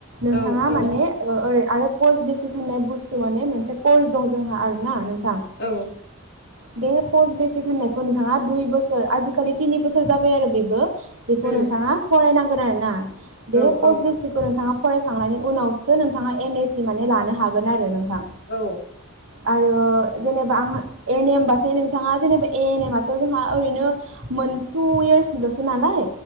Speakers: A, on the left (about 50°); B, on the right (about 70°).
A: औ
B: नोंथाङा
A: औ
B: माने ओ ओरै आरो पस बि फोथायनाय बुस्थु माने मोनसे कल दं जोंहा आरो ना नों थां
A: औ
B: बे पस बेसिक होननाय नोंथाङा दुइ बोसोर आजिखालि तिनि बोसोर जाबाय आरो बेबो बेखौ
A: उम
B: नोंथाङा फरायनां <unintelligible> बे
A: औ
B: पस्ट
A: औ
B: बेसिखौ नोंथाङा फरायखांनायनि उनावसो नोंथाङा एन एस सि माने लानो हागोन आरो नोंथा।
A: औ
B: आरो जेनेबा आंहा ए एन एमबाथाय नोंथाङा जेनेबा ए एन एम आथ' जोंहा ओरैनो मोन टु इयार्सनिल'सो नालाय